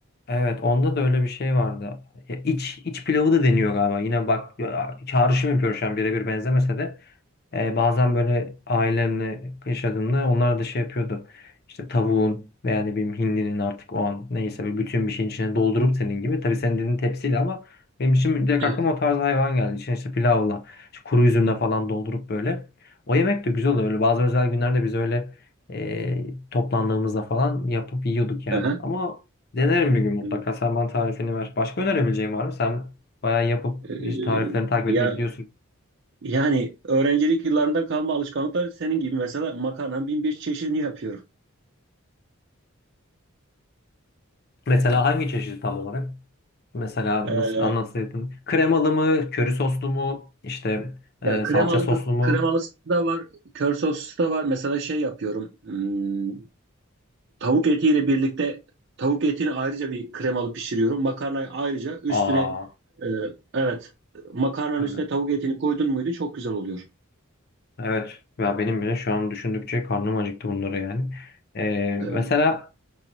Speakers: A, on the left; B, on the right.
A: Evet, onda da öyle bir şey vardı. Ya iç iç pilavı da deniyor galiba. Yine bak ya, çağrışım yapıyor şu an birebir benzemese de. E, bazen böyle ailemle yaşadığımda onlar da şey yapıyordu. İşte tavuğun veya ne bileyim hindinin artık o an neyse bir bütün bir şeyin içine doldurup senin gibi. Tabii senin dediğin tepsiyle ama benim için direkt
B: Evet.
A: aklıma o tarz hayvan geldi. İçine işte pilavla, işte kuru üzümle falan doldurup böyle. O yemek de güzel oluyor. Öyle bazı özel günlerde biz öyle e, toplandığımızda falan yapıp yiyorduk yani.
B: Hı hı.
A: Ama denerim bir gün mutlaka.
B: Evet.
A: Sen bana tarifini ver. Başka önerebileceğim var mı? Sen bayağı yapıp
B: Ee,
A: işte tariflerini takip
B: ya
A: etmeyi biliyorsun.
B: yani öğrencilik yıllarından kalma alışkanlıklar senin gibi mesela makarnanın bin bir çeşidini yapıyorum.
A: Mesela hangi çeşidi tam olarak? Mesela
B: Ee,
A: nasıl anlatsaydın? Kremalı mı, köri soslu mu, işte
B: ya
A: e,
B: kremalı
A: salça soslu
B: da,
A: mu?
B: kremalısı da var, kör soslu da var. Mesela şey yapıyorum. Hmm, Tavuk etiyle birlikte tavuk etini ayrıca bir kremalı pişiriyorum. Makarnayı ayrıca üstüne
A: Aa,
B: e, evet makarnanın
A: öyle.
B: üstüne tavuk etini koydun muydu çok güzel oluyor.
A: Evet. Ya benim bile şu an düşündükçe karnım acıktı bunları yani. E,
B: E,
A: mesela